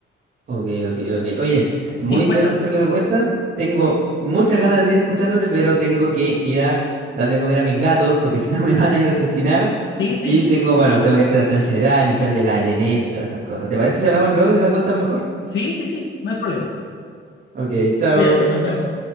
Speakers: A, on the right; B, on the left.
A: ok, ok, ok. Oye, muy
B: Dime,
A: interesante
B: cuéntame.
A: lo que me cuentas. Tengo muchas ganas de seguir escuchándote, pero tengo que ir a darle de comer a mis gatos porque <laughs> si no me van a ir a asesinar.
B: Sí, sí,
A: Y tengo, bueno, tengo que hacer aseo en general, limpiarle la arenera y todas esas cosas. ¿Te parece si hablamos luego y me cuentas mejor?
B: sí, sí, sí, no hay problema.
A: Ok, chao.
B: Cuídate, nos vemos.